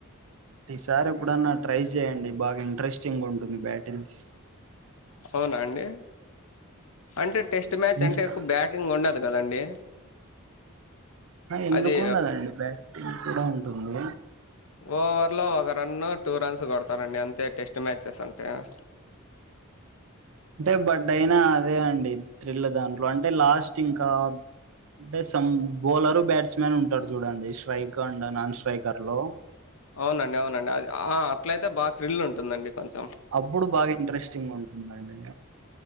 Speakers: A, on the right; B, on the left.
A: సార్ ఎప్పుడన్నా ట్రై చేయండి బాగా ఇంట్రెస్టింగ్ గా ఉంటుంది బ్యాటింగ్స్
B: అవునా అండి అంటే టెస్ట్ మ్యాచ్
A: ఇంత
B: అంటే ఎక్కువ బ్యాటింగ్ ఉండదు ఉండ్ కదండి
A: ఎందుకుండదండి
B: అది
A: బ్యాట్టింగ్ కూడా ఉంటుంది
B: ఫ ఓవర్లో ఒక రన్ను టూ రన్స్ కొడతారండి అంతే టెస్ట్ మ్యాచెస్ అంటే <inaudible>
A: అంటే బట్ అయినా అదే అండి త్రిల్ దాంట్లో అంటే లాస్ట్ ఇంకా అంటే సం బౌలరు బ్యాట్స్ మన్ ఉంటారు చూడండి స్ట్రైక్ అ నాన్ స్ట్రైకర్ లో
B: అవునండి అవునండి అది అట్ల అయితే బాగా థ్రిల్ ఉంటుందండి కొంచెం
A: అప్పుడు బాగా ఇంట్రెస్టింగ్ ఉంటుందిండి